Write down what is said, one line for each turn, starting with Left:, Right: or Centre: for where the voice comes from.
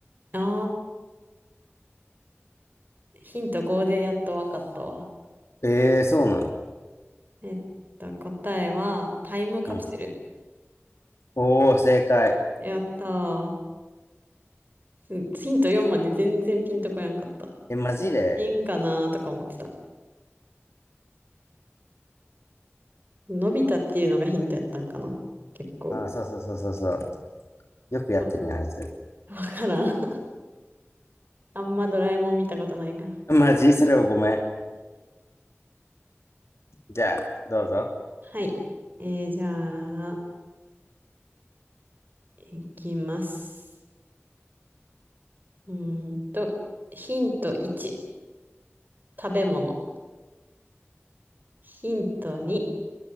Right: あー。ヒント5でやっとわかったわ。
Left: ええー、そうなん。
Right: えっと、答えは、タイムカプセル。
Left: うん。おー、正解。
Right: やったー。うんヒント4まで全然ピンとこやんかった。
Left: え、マジで
Right: ピンかなーとか思ってた。のび太っていうのがヒントやったんかな。結構。
Left: あー、そうそうそうそうそう。よくやってるやん、
Right: あ
Left: あいつ。
Right: わからん。<laughs> あんまドラえもん見たことないから。
Left: マジそれはごめん。じゃあ、どうぞ。
Right: はい。えー、じゃあ、いきます。うーんと、ヒント1、食べ物。ヒント2、